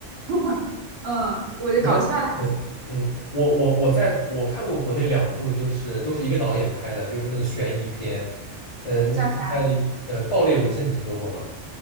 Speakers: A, on the right; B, on the left.
A: <laughs> 嗯，我就搞笑的还行。
B: 没有，嗯嗯，我我我在我看过国内两部，就是都是一个导演拍的，就是那个悬疑片，嗯，
A: 叫啥？
B: 他拍呃《爆裂无声》，你听说过吗？